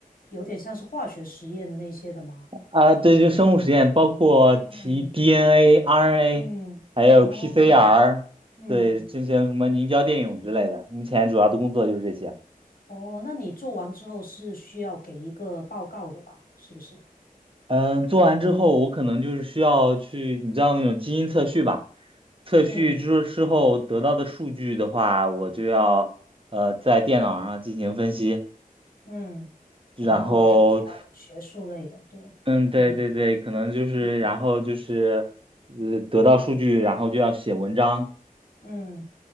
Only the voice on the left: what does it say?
有点像是化学实验那些的吗？
嗯
嗯，
哦，
嗯，
哦，那你做完之后是需要给一个报告的吧？是不是？
嗯
嗯，
哦，听起来很学术类的，对，
嗯
嗯。
嗯，